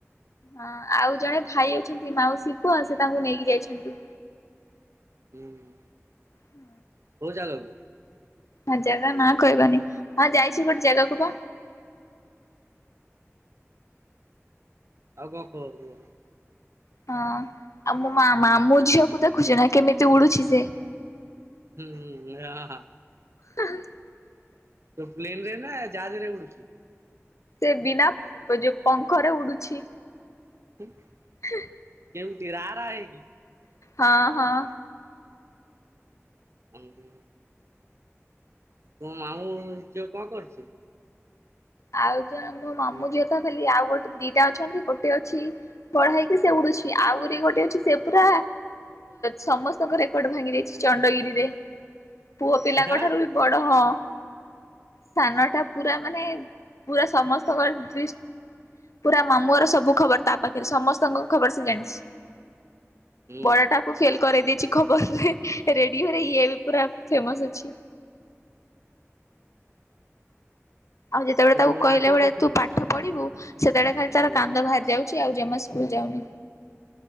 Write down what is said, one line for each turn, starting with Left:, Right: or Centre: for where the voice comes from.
Left: ହଁ ଆଉ ଜଣେ ଭାଇ ଅଛନ୍ତି ମାଉସି ପୁଅ ସେ ତାଙ୍କୁ ନେଇକି ଯାଇଛନ୍ତି।
Right: ହୁଁ ହୁଁ।
Left: ହୁଁ
Right: କୋଉ ଜାଗାକୁ?
Left: ହଁ ଜାଗା ନା କହିବାନି ହଁ ଯାଇଛି ଗୋଟେ ଜାଗାକୁ ବା।
Right: ଆଉ କଣ କୁହ କୁହ?
Left: ହଁ ଆଉ ମୋ ମା ମା ମାମୁଁ ଝିଅକୁ ଦେଖୁଛୁ ନା କେମିତି ଉଡୁଛି ସେ?
Right: ହୁଁ ହୁଁ ଏ ହା।
Left: <inaudible>
Right: ତୁ ପ୍ଲେନ ରେ ନା ଜାହାଜରେ ଉଡୁଛି?
Left: ସେ ବିନା ଯୋଉ ପଙ୍ଖରେ ଉଡୁଛି।
Right: ଠିକ
Left: <unintelligible>
Right: କେଉଠି ରା, ରା ହେଇକି।
Left: ହଁ ହଁ।
Right: ଉହୁଁ। ତୋ ମାମୁଁ ଝିଅ କଣ କରୁଛି
Left: ଆଉ ଜଣେ ମୋ ମାମୁଁ
Right: ହୁଁ,
Left: ଝିଅ ତ। ଖାଲି ଆଉ ଗୋଟେ। ଦି ଟା ଅଛନ୍ତି ଗୋଟେ ଅଛି ବଡ଼ ହେଇକି ସେ ଉଡୁଛି ଆହୁରି ଗୋଟେ ଅଛି ସେ ପୁରା ସମସ୍ତଙ୍କ ରେକର୍ଡ ଭାଙ୍ଗି ଦେଇଛି ଚଣ୍ଡଗିରି ରେ। ପୁଅ ପିଲାଙ୍କ
Right: ହାଁ
Left: ଠାରୁ ବି ବଡ ହଁ। ସାନ ଟା ପୁରା ମାନେ। ପୁରା ସମସ୍ତଙ୍କ ଦ। ପୁରା ମାମୁଁ ଘର ସବୁ ଖବର ତା ପାଖରେ। ସମସ୍ତଙ୍କ ଖବର୍ ସେ ଜାଣିଛି।
Right: ହୁଁ
Left: ବଡ ଟାକୁ ଫେଲ୍ କରେଇ ଦେଇଛି ଖବର୍ ରେ, ରେଡିଓ ରେ ଇଏ ଏବେ ପୁରା ଫେମସ୍ ଅଛି। ଆଉ ଯେତବଳେ ତାକୁ
Right: ତମ
Left: କହିଲାବେଳେ
Right: ମା କଣ କରୁଛନ୍ତି?
Left: ତୁ। ପାଠ ପଢିବୁ। ସେତବଳେ ଖାଲି ତାର
Right: ହୁଁ
Left: କାନ୍ଦ ବାହାରି ଯାଉଛି ଆଉ ଜମା ସ୍କୁଲ୍ ଯାଉନି।